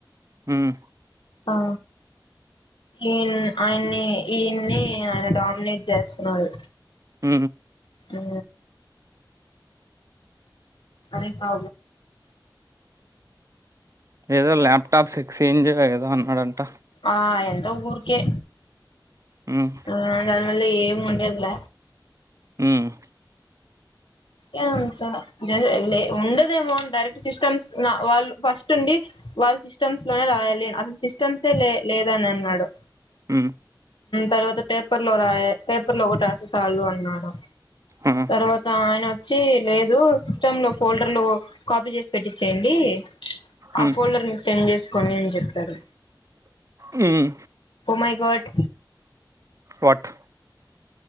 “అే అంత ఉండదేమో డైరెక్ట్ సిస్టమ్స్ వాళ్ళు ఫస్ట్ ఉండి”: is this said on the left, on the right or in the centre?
Left